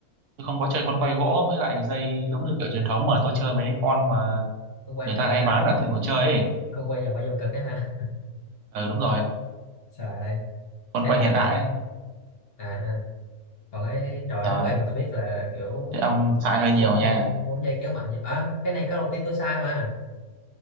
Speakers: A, on the right; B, on the left.
A: tôi không có chơi con quay gỗ với lại dây giống như kiểu truyền thống mà tôi
B: à,
A: chơi mấy con mà
B: ông quay
A: người
B: trong
A: ta
B: hoạt
A: hay
B: hình
A: bán
B: đúng
A: ở
B: không
A: tiệm đồ chơi ấy.
B: con quay vòng quay vô cực á ha
A: Ừ đúng rồi,
B: <laughs> trời ơi
A: con
B: thế
A: quay
B: là
A: hiện
B: à
A: đại ấy.
B: à, còn cái trò
A: Rồi,
B: đánh quay mà tôi biết là kiểu
A: thế ông xài hơi nhiều
B: quấn
A: nha.
B: dây quấn dây kéo mạnh nhỉ? à, cái này câu đầu tiên tôi sai mà